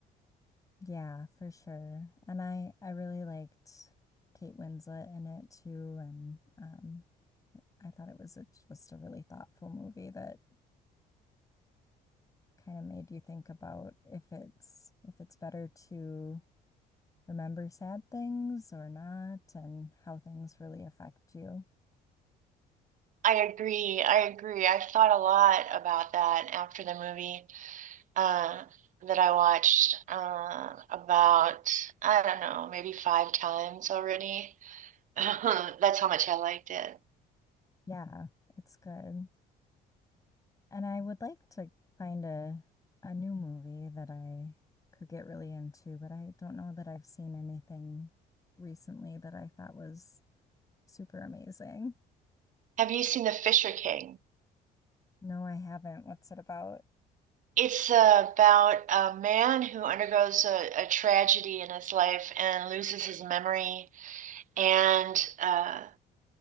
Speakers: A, on the left (about 20°); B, on the right (about 50°).
A: Yeah, for sure. And I I really liked Kate Winslet in it too, and um I thought it was a, just a really thoughtful movie that kind of made you think about if it's if it's better to remember sad things or not and how things really affect you.
B: I agree. I agree. I thought a lot about that after the movie uh, that I watched uh, about, I don't know, maybe five times already. <laughs> That's how much I liked it.
A: Yeah, it's good. And I would like to find a a new movie that I could get really into, but I don't know that I've seen anything recently that I thought was super amazing.
B: Have you seen The Fisher King?
A: No, I haven't. What's it about?
B: It's about a man who undergoes a, a tragedy in his life and loses his memory and uh,